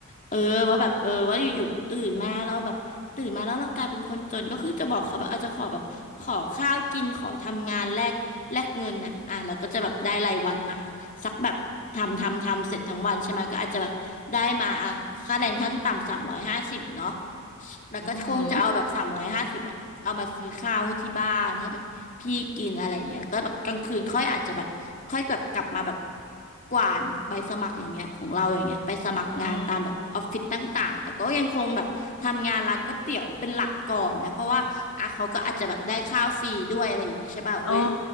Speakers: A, on the left; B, on the left.
A: เออว่าแบบเออว่าอยู่ๆแบบตื่นมาแล้วแบบ
B: อ๋อ
A: ตื่นมาแล้วเรากลายเป็นคนจนก็คือจะบอกเขาแบบอาจจะขอแบบขอข้าวกินขอทำงานแลกแลกเงินอ่ะอ่ะเราก็จะแบบได้รายวันมาสักแบบทำทำทำเสร็จทั้งวันใช่ไหมก็อาจจะแบบได้มาอ่ะค่าแรงขั้นต่ำสามร้อยห้าสิบเนาะแล้วก็คงจะเอาแบบสามร้อยห้าสิบอ่ะเอามาซื้อข้าวให้ที่บ้านให้แบบ
B: อืม
A: พี่กินอะไรอย่างเงี้ยแล้วก็แบบกลางคืนค่อยอาจจะแบบค่อยแบบกลับมาแบบกวาดใบสมัครอย่างเงี้ยของเราอย่างเงี้ยไปสมัครงานตามแบบออฟฟิศต่างๆแต่ก็ยังคงแบบทำงานร้านก๋วยเตี๋ยวเป็นหลักก่อนนะเพราะว่าอ่ะเขาก็อาจจะแบบได้ข้าวฟรีด้วยอะไรอย่างงี้ใช่ป่ะเอ้ย
B: อืมอืมอ๋อ